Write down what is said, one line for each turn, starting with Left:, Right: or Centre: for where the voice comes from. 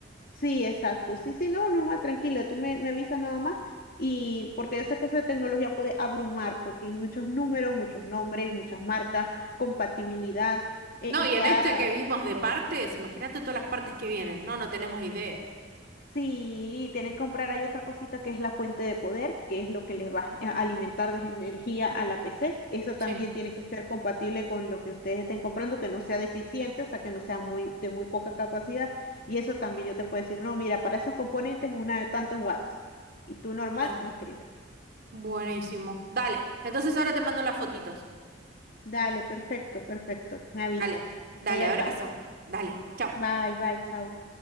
Left: Sí, exacto. Sí, sí, no, Norma, tranquila, tú me, me avisas nada más y porque yo sé que eso de tecnología puede abrumar porque hay muchos números, muchos nombres, muchas marcas, compatibilidad. eh,
Right: No, y
Left: ya
Right: en este que vimos de partes, imagínate todas las partes que vienen. No, no tenemos idea.
Left: Sí, tienen que comprar, hay otra cosita que es la fuente de poder, que es lo que les va a alimentar de energía a la PC. Esa también
Right: Sí.
Left: tiene que ser compatible con lo que ustedes estén comprando, que no sea deficiente, o sea, que no sea muy, de muy poca capacidad. Y eso también yo te puedo decir, no, mira, para esos componentes una de tantos watts. Y tú normal
Right: claro.
Left: me escribes.
Right: Buenísimo. Dale. Entonces ahora te mando las fotitos.
Left: Dale, perfecto, perfecto. Me avisas.
Right: Dale.
Left: Estoy
Right: Dale,
Left: al
Right: abrazo.
Left: tanto.
Right: Dale. Chao.
Left: Bye, bye, chao.